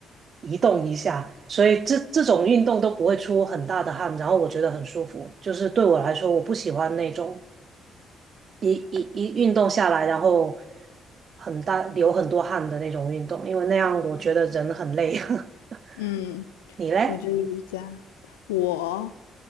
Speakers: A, on the right (about 50°); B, on the left (about 85°).
A: 移动一下，所以这这种运动都不会出很大的汗，然后我觉得很舒服，就是对我来说，我不喜欢那种。一一一运动下来，然后很大流很多汗的那种运动，因为那样我觉得人很累。<laughs>
B: 嗯，
A: 你嘞？
B: 我觉得瑜伽，我